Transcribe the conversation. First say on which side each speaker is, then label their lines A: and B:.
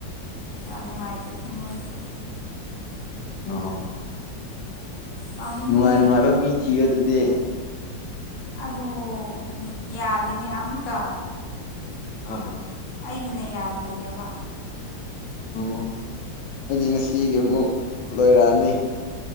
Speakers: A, on the left (about 50°); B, on the left (about 80°).
A: ꯌꯥꯝ ꯅꯨꯉꯥꯏꯇꯦ ꯊꯃꯣꯏꯁꯦ
B: ꯑꯣ
A: ꯆꯥꯎꯅꯤꯡꯉꯦ
B: ꯅꯨꯡꯉꯥꯏ ꯅꯨꯡꯉꯥꯏꯕ ꯃꯤ ꯊꯤꯌꯣ ꯑꯗꯨꯗꯤ
A: ꯑꯗꯣ ꯌꯥꯗꯦꯅꯦ ꯑꯝꯇꯥ
B: ꯑꯥ
A: ꯑꯩꯒꯤꯅ ꯌꯥꯗ꯭ꯔꯤꯅꯦꯕ
B: ꯑꯣ ꯑꯩꯗꯤ ꯉꯁꯤꯒꯤ ꯃꯨꯛ ꯂꯣꯏꯔꯛꯑꯥꯅꯤ